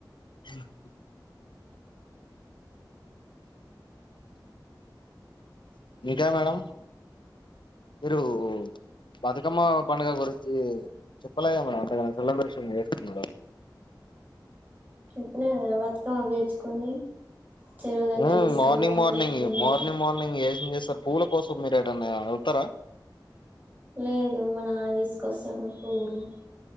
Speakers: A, on the left; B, on the right.
A: ఎందుకు ఇంకా మేడం మీరు బతుకమ్మ పండుగ గురించి చెప్పలేద మేడం అంతగా సెలబ్రేషన్ చేసుకోడం
B: చెప్పిన కదా బతుకమ్మ పేర్చుకొని చెరువు దగ్గర
A: ఊఉ
B: తీసుకుపోయి
A: మార్నింగ్
B: అక్కడ
A: మార్నింగ్
B: పూలు
A: మార్నింగ్
B: అక్కడ
A: మార్నింగ్ ఏం చేస్తారు పూల కోసం మీరు యాడన్నా వెళ్తారా
B: లేదు మా నాన్న తీసుకోస్తాడు పువ్వులు